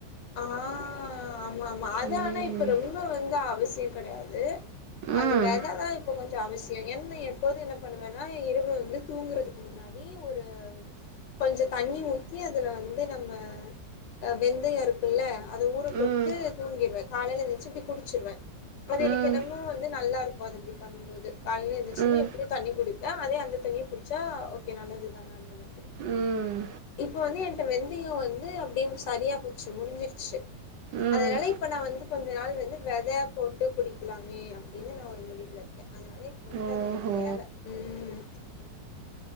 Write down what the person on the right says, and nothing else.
ம்
ம்
ம்
ம்
ம்
ம்
ம்
ஓஹோ